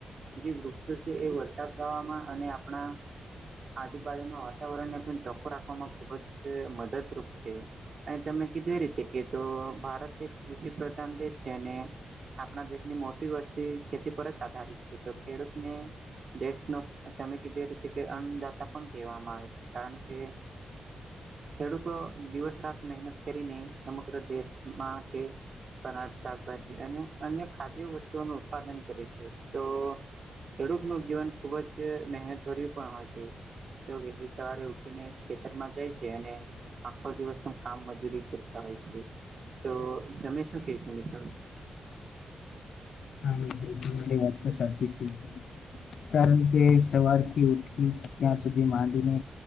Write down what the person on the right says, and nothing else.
જે વૃક્ષો છે એ વરસાદ ગવામાં અને આપણા આજુબાજુના વાતાવરણને પણ ચોખ્ખો રાખવામાં ખુબ જ મદદરૂપ છે. અને તમે કીધું એ રીતે કે તો ભારત એક કૃષિ પ્રધાન દેશ સે અને આપણા દેશની મોટી વસ્તી ખેતી પર જ આધારિત છે, તો ખેડૂતને દેશનો અહ તમે કીધું તે રીતે કે અન્નદાતા પણ કહેવામાં આવે છે, કારણ કે ખેડૂતો દિવસ રાત મહેનત કરીને સમગ્ર દેશ માટે અનાજ, શાકભાજી, અને અન્ય ખાદ્ય વસ્તુઓનો ઉત્પાદન કરે છે. તો ખેડૂતનું જીવન ખુબજ મહેનત ભર્યું પણ હોય છે. તો વહેલી સવારે ઉઠીને ખેતર માં જાય છે અને આખો દિવસનું કામ મજૂરી કરતા હોય છે. તો તમે શું કહેશો મિત્ર?